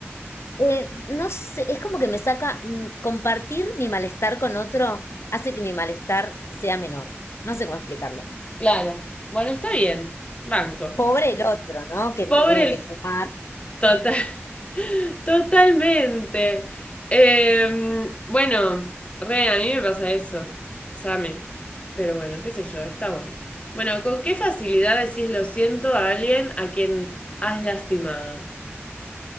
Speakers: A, on the left; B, on the left.
A: Eh, no sé, es como que me saca, mm, compartir mi malestar con otro hace que mi malestar sea menor. No sé cómo explicarlo.
B: Claro. Bueno, está bien, banco.
A: Pobre el otro, ¿no? Que
B: Pobre
A: me tiene
B: el
A: que fumar
B: total. Totalmente. Eh, bueno, re, a mí me pasa eso, Same. Pero bueno, qué sé yo, está bueno. Bueno, ¿con qué facilidad decís lo siento a alguien a quien has lastimado?